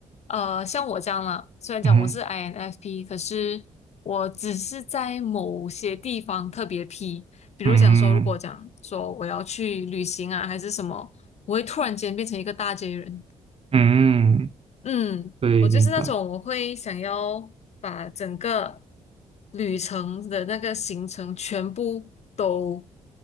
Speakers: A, on the left; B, on the right.
A: 呃，像我这样啦，虽然讲我是
B: 嗯
A: INFP，可是我只是在某些地方特别 P。比如讲说，
B: 嗯
A: 如果讲说我要去旅行啊，还是什么，我会突然间变成一个大 J 人。
B: 嗯，嗯
A: 嗯，
B: 对，
A: 我就是那种我会想要把整个
B: 明白。
A: 旅程的那个行程全部都